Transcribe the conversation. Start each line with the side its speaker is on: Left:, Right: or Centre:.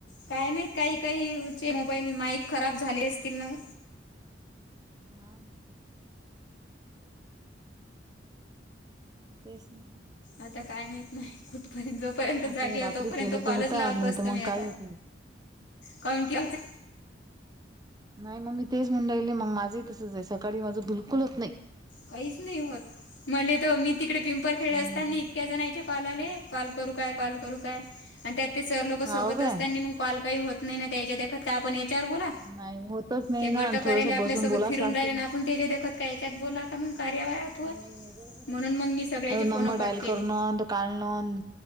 Left: काय माहीत काही काहीचे मोबाईल माईक खराब झाले असतील ना मग.
Right: हा. तेच ना.
Left: आता काय माहत नाही माही कुठपर्यंत. जोपर्यंत
Right: आता
Left: जागीय
Right: हे रात्री
Left: तोपर्यंत
Right: केलं तर
Left: कॉलच
Right: होतात
Left: लावत
Right: नाही
Left: बसतो
Right: तर मग
Left: मी
Right: काही
Left: आता.
Right: होत नाही.
Left: कामुन केल नाही?
Right: नाही मग मी तेच म्हणूनरायले. मग माझंही तसंचे. सकाळी माझं बिलकुल होत नाही.
Left: काहीच नाही होत. मलेत मी तिकडे पिंपल खेडेले
Right: हम्म.
Left: असतानी इतके जनांचे कॉल आले, कॉल करू काय कॉल करू काय? अन त्यात ते सर लोक
Right: हाव
Left: सोबत
Right: काय
Left: असताना मग कॉल काही होत नाही ना. त्याच्या देखत काय आपण त्यावर बोला.
Right: नाही होतच नाही
Left: ते
Right: ना
Left: गट करायले
Right: थोडस
Left: आपल्या
Right: बसून
Left: सोबत
Right: बोलाच
Left: फिरून
Right: लागते.
Left: राहिलेन. आपण तेच्यादेखत काय याच्यात बोला का मग कार्यावाय ॲपवर
Right: नाही नाही बरोबरे
Left: म्हणून
Right: ना.
Left: मग मी सगळ्याचे
Right: आता नंबर
Left: फोन कट
Right: डायल
Left: केले
Right: करणन तो काढण.